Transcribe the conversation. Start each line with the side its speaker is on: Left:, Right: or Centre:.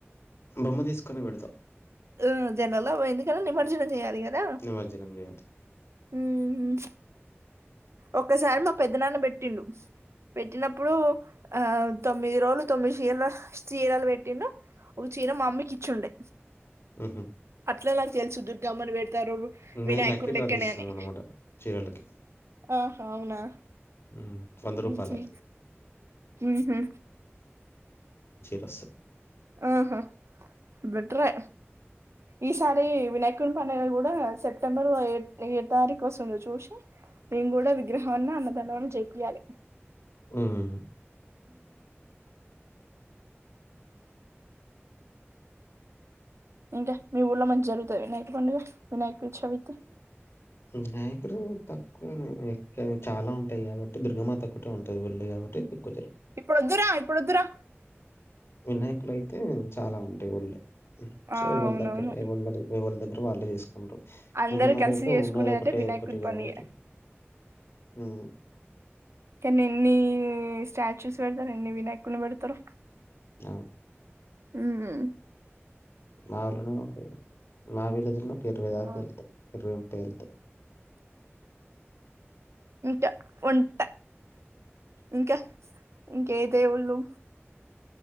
Left: బొమ్మ తీసుకొనే పెడతాం
Right: ఆ జనల ఎందుకనీ నిమ్మర్జనం చేయాలి కదా
Left: నిమజ్జనం చేయాలి
Right: ఉమ్ ఒక్కసారి మా పెద్దనాన్న పెట్టిండు పెట్టినప్పుడు ఆ తొమ్మిది రోజులు తొమ్మిది చీరలు చీరలు పెట్టిండు ఒక చీర మా మమ్మీకి ఇచ్చిుండే
Left: ఉహు
Right: అట్లా నాకు తెలుసు దుర్గమ్మని పెట్ తారువు వినాయకున్లెక్కనే
Left: మేము లక్కీ డ్రా తీస్తాం
Right: అని
Left: అనమాట చీరలకి
Right: ఆహా అవునా
Left: ఉమ్, వంద రూపాయలే
Right: ఉహు ఉహు
Left: బస్సు
Right: ఆహా బెట్రే ఈసారి వినాయకుని పండుగ కూడా సెప్టెంబర్ ఏ ఏ తారీఖు వస్తుందో చూశి మేము కూడా విగ్రహం అన్న అన్నదానం అన్న చెపియాలి
Left: ఉమ్
Right: ఇంకా మీ ఊళ్ళో మంచి జరుగుతద వినాయక పండుగ వినాయక చవితి
Left: వినాయకుడు తక్కువ చాలా ఉంటాయి కాబట్టి దుర్గమా ఒక్కటే ఉంటుది వూళ్ళో కాబట్టి ఎక్కువ
Right: ఇప్పుడొద్దురా ఇప్పుడొద్దురా
Left: వినాయకుడు అయితే చాలా ఉంది దేవుళ్ళే
Right: ఆ
Left: సో ఎవళ్ళ
Right: అవునవును
Left: దగ్గర ఎవళ్ళ దగ్గర ఎవళ్ళ దగ్గర వాళ్ళే చేసుకుంటారు
Right: అందరు
Left: దుర్గమాత
Right: కలిసి
Left: అయితే
Right: చేసుకునేదంటే
Left: ఉన్నది ఒకటే
Right: వినాయకుని
Left: ఒకటి కాబట్టి
Right: పండుగే
Left: ఉ
Right: కానీ ఎన్ని స్టాచ్యూస్ పెడతరు ఎన్ని వినాయకుని పెడతరు
Left: అవును
Right: ఉహు
Left: నా ఊళ్ళోనే నా విలేజ్ లోనే ఒక ఇరవై దాకా
Right: ఆ,
Left: వెళ్తాయి ఇరవై ట్వెల్త్
Right: ఇంకా ఉంటా ఇంకా ఇంకేదేవుళ్ళు